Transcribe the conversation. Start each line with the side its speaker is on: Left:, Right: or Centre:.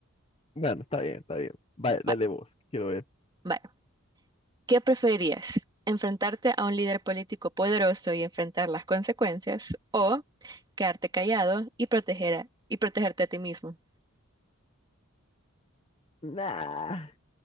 Left: Bueno, está bien, está bien. Vale, dale
Right: <laughs> Va-
Left: vos, quiero ver.
Right: Vale, ¿qué preferirías? ¿Enfrentarte a un líder político poderoso y enfrentar las consecuencias o quedarte callado y proteger a- y protegerte a ti mismo?
Left: Nah,